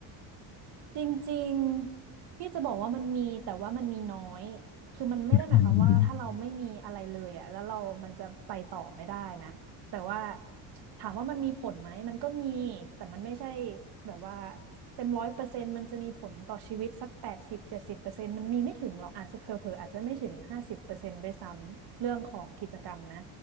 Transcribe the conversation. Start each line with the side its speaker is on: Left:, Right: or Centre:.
Right: จริงๆพี่จะบอกว่ามันมีแต่ว่ามันมีน้อยคือมันไม่ได้หมายความว่าถ้าเราไม่มีอะไรเลยอ่ะแล้วเรามันจะไปต่อไม่ได้นะแต่ว่า
Left: อืม
Right: ถามว่ามันมีผลไหมมันก็มีแต่มันไม่ใช่แบบว่าเต็มร้อยเปอร์เซ็นต์มันจะมีผลต่อชีวิตสักแปดสิบเจ็ดสิบเปอร์เซ็นต์มันมีไม่ถึงหรอกอาจจะเผลอๆอาจจะไม่ถึงห้าสิบเปอร์เซ็นต์ด้วยซ้ำเรื่องของกิจกรรมนะ